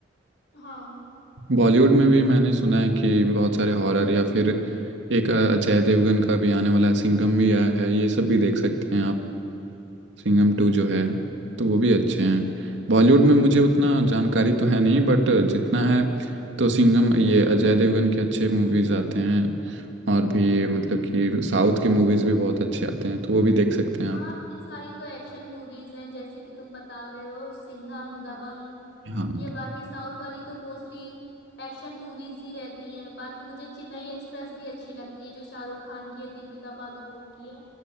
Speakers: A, on the left; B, on the right.
A: हाँ
B: बॉलीवुड में भी मैंने सुना है कि बहुत सारे हॉरर या फिर एक अ, अजय देवगन का भी आने वाला है सिंघम भी आया है ये सब भी देख सकते हैं आप सिंघम टू जो है तो वो भी अच्छे हैं बॉलीवुड में मुझे उतना जानकारी तो है नहीं बट जितना है तो सिंघम ये अजय देवगन के अच्छे मूवीज आते हैं और भी मतलब कि साउथ के मूवीज भी बहुत अच्छे आते हैं तो वो भी देख सकते हैं आप
A: हाँ ये सारी तो एक्शन मूवीज हैं जैसे कि तुम बता रहे हो सिंघम दबंग
B: हाँ
A: ये बाकी साउथ वाली तो मोस्टली एक्शन मूवीज ही रहती हैं बाकी मुझे चेन्नई एक्सप्रेस भी अच्छी लगती है जो शाहरुख खान की है दीपिका पादुकोण की है